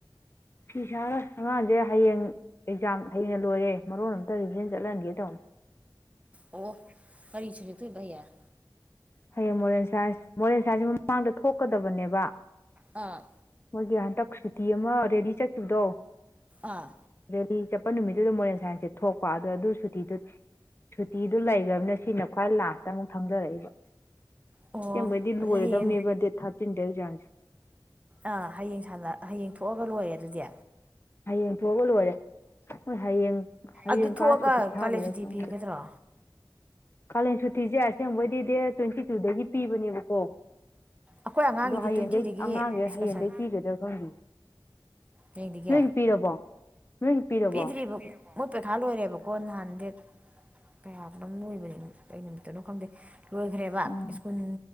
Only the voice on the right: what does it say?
ꯑꯣ ꯀꯔꯤ ꯁꯞꯖꯦꯛ ꯊꯣꯛꯏꯕ ꯍꯩꯌꯩ
ꯑꯥ
ꯑꯥ
ꯑꯣ
ꯑꯗꯨ ꯍꯌꯦꯡ
ꯑꯥ ꯍꯌꯦꯡ ꯁꯅ ꯍꯌꯦꯡ ꯊꯣꯛꯑꯒ ꯂꯣꯏꯔꯦ ꯑꯗꯨꯗꯤ
ꯑꯗꯨ
ꯊꯣꯛꯑꯒ
ꯀꯥꯂꯦꯟ ꯁꯨꯇꯤ
ꯄꯤꯒꯗ꯭ꯔꯣ
ꯑꯩꯈꯣꯏ ꯑꯉꯥꯡꯒꯤꯗꯤ
ꯇ꯭ꯋꯦꯟꯇꯤꯗꯒꯤ
ꯑꯦꯛꯁꯀꯔꯁꯟ
ꯌꯦꯡꯗꯒꯤ
ꯄꯤꯗ꯭ꯔꯤꯕ ꯃꯣꯏ ꯄꯩꯈꯥ ꯂꯣꯏꯔꯦꯕꯀꯣ ꯅꯍꯥꯟꯗꯦꯠ ꯇꯦꯠ ꯀꯌꯥꯅꯣꯝ ꯂꯣꯏꯕꯅꯤ ꯀ ꯅꯨꯃꯤꯠꯇꯨꯅꯣ ꯈꯪꯗꯦ ꯂꯣꯏꯈ꯭ꯔꯦꯕ
ꯁ꯭ꯀꯨꯜ